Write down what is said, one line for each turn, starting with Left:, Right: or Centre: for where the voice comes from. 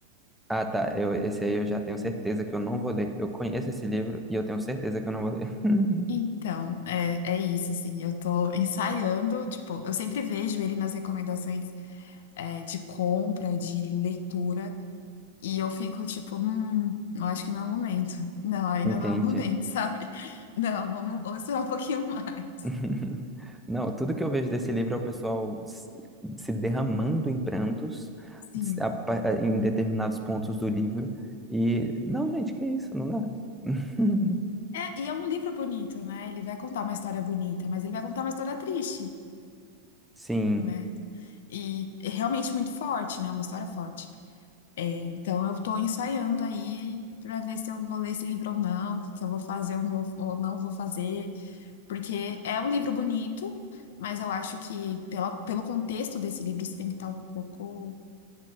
Centre: Ah, tá. Eu, esse aí eu já tenho certeza que eu não vou ler. Eu conheço esse livro e eu tenho certeza que eu não vou ler. <laughs>
Left: Então, é, é isso, assim, eu tô ensaiando, tipo, eu sempre vejo ele nas recomendações, é, de compra, de leitura, e eu fico tipo, hum, eu acho que não é o momento. <laughs> Não, ainda
Centre: Entendi.
Left: não é o momento, <laughs> sabe? Não, vamos, vamos esperar um pouquinho mais.
Centre: <laughs> Não, tudo que eu vejo desse livro é o pessoal se se derramando em prantos
Left: Sim.
Centre: se- a pa- a- em determinados pontos do livro. E, não, gente, que isso, não dá. <laughs>
Left: É, e é um livro bonito, né? Ele vai contar uma história bonita, mas ele vai contar uma história triste,
Centre: Sim,
Left: né? E, e realmente muito forte, né? Uma história forte. Então, eu estou ensaiando aí para ver se eu vou ler esse livro ou não, se eu vou fazer ou não ou não vou fazer, porque é um livro bonito, mas eu acho que pela, pelo contexto desse livro você tem que estar um pouco